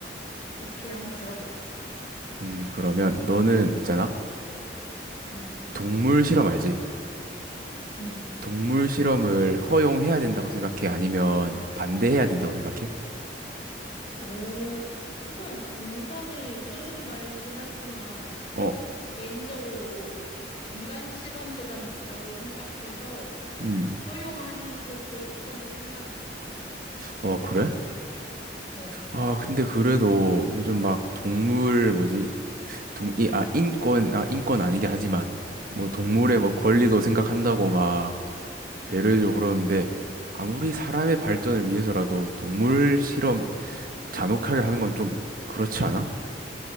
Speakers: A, on the left (about 35°); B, on the right (about 55°).
A: 오케이. 한번 들어볼게.
B: 음, 그러면 너는 있잖아.
A: 응,
B: 동물 실험 알지?
A: 응.
B: 동물 실험을 허용해야 된다고 생각해? 아니면 반대해야 된다고 생각해?
A: 오, 조금 인성이 터진 말이긴 하지만,
B: 어,
A: 개인적으로 인간 실험보단 낫다고 생각해서
B: 음.
A: 허용하는 쪽으로 조금 더 생각이 있긴 해.
B: 어, 그래?
A: 어,
B: 아, 근데 그래도 요즘 막 동물 뭐지? 동, 이, 아, 인권, 아, 인권 아니긴 하지만 뭐 동물의
A: 응.
B: 뭐 권리도 생각한다고 막 배려해주고 그러는데 아무리 사람의 발전을 위해서라도 동물 실험 막 잔혹하게 하는 건 좀 그렇지 않아?